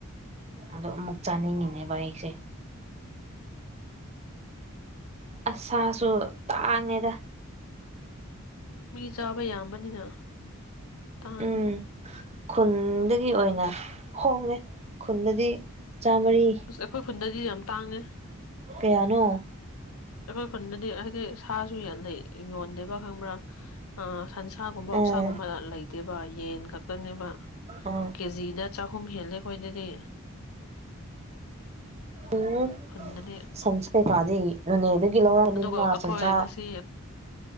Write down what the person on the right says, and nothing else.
ꯑꯗ‌ꯣ ꯑꯃꯨꯛ ꯆꯥꯅꯤꯡꯉꯤꯅꯦꯕꯥ ꯑꯩꯁꯦ ꯑꯁ ꯁꯥꯁꯨ ꯇꯥꯡꯉꯦꯗ
ꯎꯝ ꯈꯨꯟ ꯑꯗꯨꯒꯤ ꯑꯣꯏꯅ ꯍꯣꯡꯉꯦ ꯈꯨꯟꯗꯗꯤ ꯆꯥꯝꯃꯔꯤ
ꯀꯌꯥꯅꯣ
ꯑꯥ
ꯑꯥ
ꯎꯝ
ꯁꯟꯁ ꯀꯩ ꯀꯥ ꯗꯤ ꯅ‌ꯣꯅ‌ꯦꯗꯒꯤ ꯂꯧꯔꯕꯅꯤꯗꯥꯅ
ꯁꯟꯁꯥ